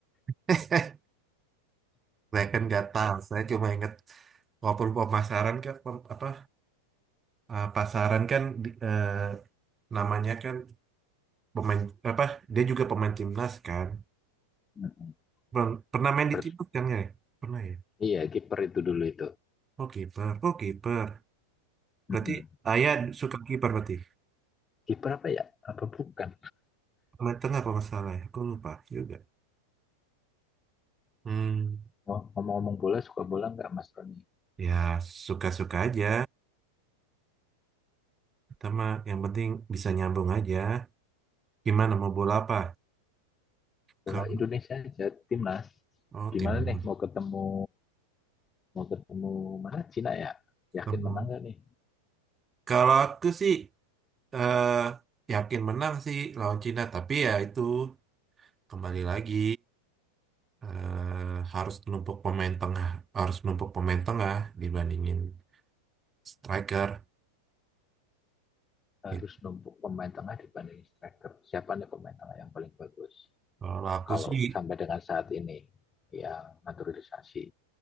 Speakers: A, on the right; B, on the left.
A: <laughs> Saya kan nggak tahu. Saya cuma ingat walaupun pemasaran kan pem- apa eh, pasaran kan di- eh, namanya kan pemain apa dia juga pemain timnas kan.
B: Mm,
A: Per- Pernah main
B: Kiper,
A: di timnas kan nggak ya? Pernah ya.
B: iya kiper itu dulu itu.
A: Oh kiper, oh kiper. Berarti
B: Mm-mm.
A: ayah suka kiper berarti.
B: Kiper apa ya? Apa bukan?
A: Meter apa masalah ya? Aku lupa juga. Hmm,
B: Oh, Ngomong-ngomong bola, suka bola nggak Mas Roni?
A: ya suka-suka aja. Pertama, yang penting bisa nyambung aja. Gimana mau bola apa?
B: Bola
A: Kalau
B: Indonesia aja, timnas.
A: oh
B: Gimana
A: timun.
B: nih mau ketemu mau ketemu mana Cina ya? Yakin
A: Timun.
B: menang nggak nih?
A: Kalau aku sih eh, yakin menang sih lawan Cina, tapi ya itu kembali lagi eh, harus numpuk pemain tengah, harus numpuk pemain tengah dibandingin striker.
B: harus
A: Gitu.
B: numpuk pemain tengah dibanding striker. Siapa nih pemain tengah yang paling bagus?
A: Kalau aku
B: Kalau
A: sih,
B: sampai dengan saat ini yang naturalisasi.